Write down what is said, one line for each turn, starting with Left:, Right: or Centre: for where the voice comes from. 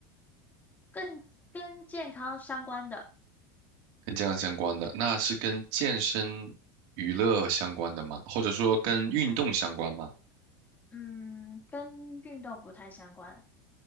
Left: 更跟健康相关的。
Right: 跟健康相关的，那是跟健身、娱乐相关的吗？或者说跟运动相关吗？
Left: 嗯，跟运动不太相关。